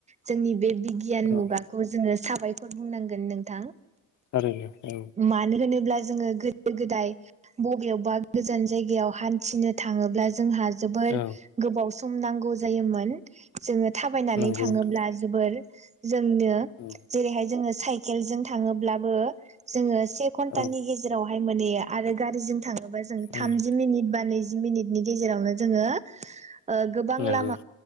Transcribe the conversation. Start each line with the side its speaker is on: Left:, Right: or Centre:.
Right: जोंनि बे बिगियान
Left: औ
Right: मुगाखौ जोङो साबायखर बुंनांगोन नोंथां
Left: थारैनो औ
Right: मानो होनोब्ला जोङो गोदो गोदाय बबेयावबा गोजान जायगायाव हान्थिनो थाङोब्ला जोंहा जोबोर
Left: औ
Right: गोबाव सम नांगौ जायोमोन जोङो थाबायनानै
Left: नंगौ
Right: थाङोब्ला
Left: नोंथां
Right: जोबोर जोंनो
Left: औ
Right: जेरैहाय जोङो साइ केलजों थाङोब्लाबो जोङो से घन्टानि
Left: औ
Right: गेजेरावहाय माने आरो गारिजों थाङोबा थामजि
Left: उम
Right: मिनिथबा नैजि मिनिटनि गेजेरावनो जोङो ओ गोबां
Left: नंगौ
Right: लामा